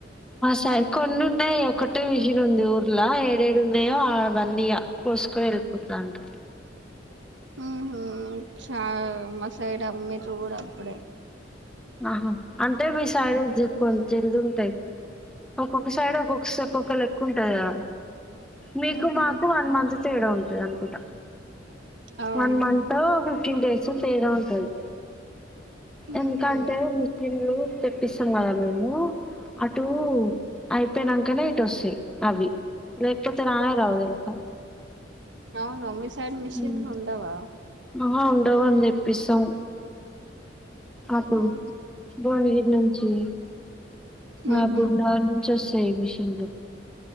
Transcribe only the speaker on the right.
ఊహూ చా మా సైడ్ అమ్మిండ్రు కూడా అప్పుడే
ఉహు
అవునా
ఉహు
అవును మీ సైడ్ మిషన్లు
ఉండవా
ఉహు
ఉహు